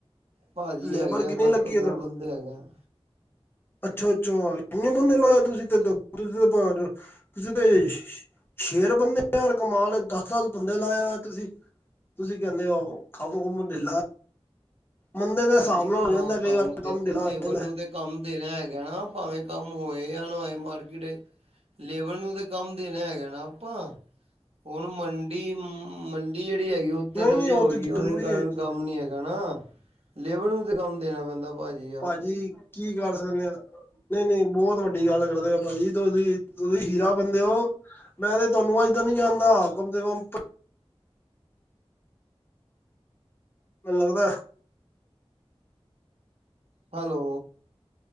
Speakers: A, on the right; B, on the left.
A: ਭਾਜੀ
B: ਲੇਬਰ
A: ਹੈਗੇ ਆ
B: ਕਿੰਨੀ
A: ਦੱਸ
B: ਲੱਗੀ
A: ਪੰਦਰਾਂ
B: ਹੈ ਤੁਹਾਨੂੰ
A: ਬੰਦੇ ਹੈਗੇ ਆ।
B: ਅੱਛਾ ਅੱਛਾ ਏਨੇ ਬੰਦੇ ਲਾਏ ਆ ਤੁਸੀਂ ਤੇ ਤੁ ਤੁਸੀਂ ਤੇ <unintelligible> ਸ਼ੇਰ ਬੰਦੇ ਕਮਾਲ ਦੱਸ ਦੱਸ ਬੰਦੇ ਲਾ ਹੋਏ ਤੁਸੀਂ ਤੁਸੀਂ ਕਹਿੰਦੇ ਹੋ ਕੰਮ ਕੁਮ ਢਿੱਲਾ? ਮੁੰਦੇ ਦੇ
A: ਭਾਜੀ
B: ਹਿਸਾਬ
A: ਮਾਂ
B: ਨਾਲ ਹੋ ਜਾਂਦਾ ਕਈ ਵਾਰ
A: ਦੇਖੋ
B: ਕੰਮ ਢੀਲਾ
A: ਲੇਬਰ
B: ਹੋ ਜਾਂਦਾ।
A: ਨੂੰ ਤੇ ਕੰਮ ਦੇਣਾ ਹੈਗਾ ਨਾ ਭਾਵੇਂ ਕੰਮ ਹੋਏ ਆ ਨਾ ਹੋਏ ਮਾਰਕੀਟ ਲੇਬਰ ਨੂੰ ਤਾਂ ਕੰਮ ਦੇਣਾ ਹੈਗਾ ਨਾ ਆਪਾਂ। ਹੁਣ ਮੰਡੀ-ਮੰਡੀ ਜੇੜੀ ਹੈਗੀ ਓ ਤੇ
B: ਨਹੀਂ
A: ਥੱਲੇ
B: ਨਹੀਂ ਉਹ
A: ਹੋ
B: ਤੇ
A: ਰਹੀ
B: ਜ਼ਰੂਰੀ
A: ਹੈ ਉਹਦੇ ਕਾਰਨ
B: ਜੀ
A: ਕੰਮ ਨੀ ਹੈਗਾ ਨਾ ਲੇਬਰ ਨੂੰ ਤੇ ਕੰਮ ਦੇਣਾ ਪੈਂਦਾ। ਭਾਜੀ ਯਾਰ
B: ਭਾਜੀ ਕੀ ਕਰ ਸਕਦੇ ਆ ਨਹੀਂ ਨਹੀਂ ਬਹੁਤ ਵੱਡੀ ਗੱਲ ਕਰਦੇ ਆ ਭਾਜੀ ਤੁਸੀਂ ਤੁਸੀਂ ਹੀਰਾ ਬੰਦੇ ਹੋ ਮੈਂ ਤੇ ਤੁਹਾਨੂੰ ਅੱਜ ਦਾ ਨੀ ਜਾਂਦਾ ਕਮ ਸੇ ਕਮ ਮੈਨੂੰ ਲੱਗਦਾ
A: ਹੈਲੋ।